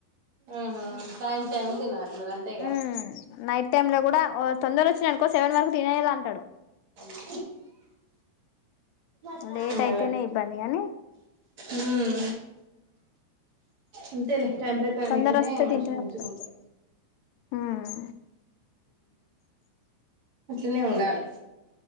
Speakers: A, on the right; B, on the left.
A: ఆహా టైమ్ టైమ్ తినాలి మరి అంతే
B: ఉమ్ నైట్ టైమ్ లో కూడ తొందర వచ్చిన అనుకో సెవెన్ వరకు తినేయేల అంటాడు
A: ఆ అదే
B: లేట్ అయితేనే ఇబ్బంది గాని
A: ఉమ్ అంతేలే టైమ్ ప్రకారం
B: తొందర
A: తింటెనే
B: వస్తే
A: మనిషి
B: తింటడు
A: మంచిగ
B: అప్పుడు
A: ఉంట
B: ఉమ్
A: అట్లనే ఉండాలె